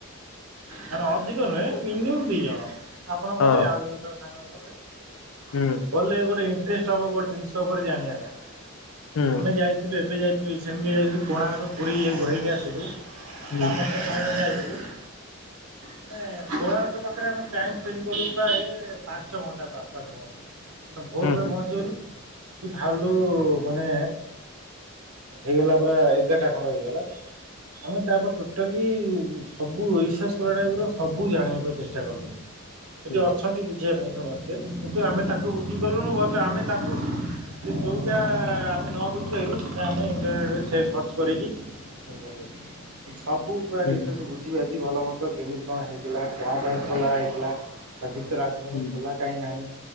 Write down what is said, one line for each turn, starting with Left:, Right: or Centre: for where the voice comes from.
Right: କ ଅଧିକ ନୁହେଁ ମିନିମମ୍ ଦି ଜଣ ଆପଣ
Left: ହଁ
Right: ଗଲେ ଆଉ ଜଣ ସାଙ୍ଗ ଗଲେ ଗଲେ
Left: ହୁଁ
Right: ଗଲେ ଗୋଟେ ଇଣ୍ଟରେଷ୍ଟ ହବ ଗୋଟେ ଜିନିଷ ଉପରେ ଜାଣିବା ପାଇଁ।
Left: ହୁଁ
Right: ଆମେ ଯାଇ ଥିଲୁ ଏବେ ଯାଇଥିଲୁ ରିସେଣ୍ଟଲି ଯାଇଥିଲୁ କୋଣାର୍କ, ପୁରୀ ଇ ଗହରକି ଆସିଲୁ
Left: ହୁଁ
Right: ତାପରେ <inaudible> ମାନେ କୋଣାର୍କ ପାଖରେ ଆମେ ଟାଇ ସ୍ପେଣ୍ଡ କଲୁ ପ୍ରାୟ ପାଞ୍ଚ ଘଣ୍ଟା ପାଖାପାଖି। ମାନେ ଭୋର
Left: ହୁଁ
Right: ପୁରା
Left: ହୁଁ
Right: ପହଞ୍ଚିଗଲୁ, ସେଠି ବାହାରିଲୁ ମାନେ ହେଇଗଲା ପୁରା, ଏଗାରଟା ଖଣ୍ଡ ହେଇଗଲା। ଆମେ ତାପରେ ଟୋଟାଲି, ସବୁ ଇଶସ୍ ଟାଇପ୍ ର ସବୁ ଜାଣିବା ପାଇଁ ଚେଷ୍ଟା କଲୁ। ସେଠି
Left: ହୁଁ
Right: ଅଛନ୍ତି ବୁଝିବା ପାଇଁ। ସମସ୍ତେ କିନ୍ତୁ ଆମେ ତାକୁ ବୁକିଂ କଲୁନୁ ବଟ ଆମେ ତାକୁ ଯେଉଁଟା ଆମେ ନ ବୁଝିପାଇ, ସେଇଟା ଆମେ ଇଣ୍ଟରନେଟେ ସେ ସର୍ଚ୍ଚ କରିକି <unintelligible> ସବୁ ପୁରା
Left: ହୁଁ ହୁଁ
Right: ଡିଟେଲ୍ସ ବୁଝିବି ଆଜି ଭଲ ମନ୍ଦ କେମିତି କଣ ହେଇଥିଲା କଣ ପାଇଁ ଖୋଲା ହେଇଥିଲା ତା ଭିତରେ ଆ ଜନ
Left: ହୁଁ
Right: ଖୋଲା କାହିଁ ନାହିଁ